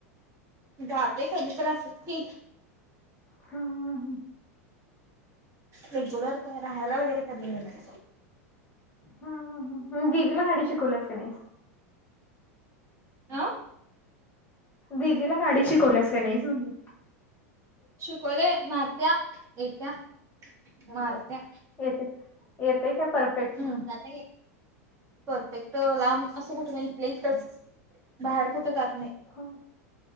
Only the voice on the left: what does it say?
हम्म हम.
ह दिदीला गाडी शिकवलंस का नाही?
दिदीला गाडी शिकवल्यास का नाहीच म्हणली.
येते येतंय, काय परफेक्ट.
ह